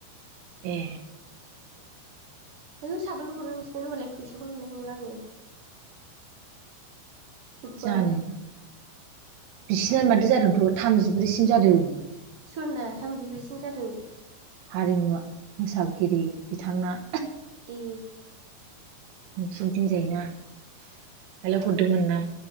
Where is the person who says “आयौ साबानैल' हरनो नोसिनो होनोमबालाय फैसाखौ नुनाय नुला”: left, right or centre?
Right